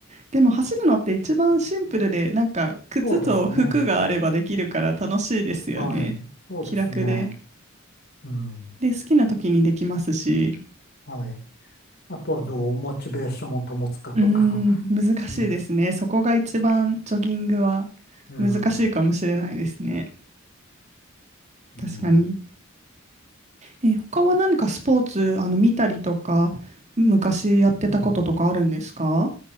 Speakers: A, on the right; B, on the left.
A: でも走るのって一番シンプルで、なんか靴と服があればできるから楽しいですよね。
B: そうですね。はい。そうですね。
A: 気楽で。
B: うん。
A: で、好きな時にできますし。
B: はい。あとはどうモチベーションを保つかとか
A: うーん、
B: <laughs>
A: 難しいですね。
B: です。
A: そこが一番ジョギングは
B: うん。
A: 難しいかもしれないですね。確かに。
B: うん。
A: えー、他は何かスポーツ、あの、見たりとか、昔やってたこととかあるんですか
B: うん。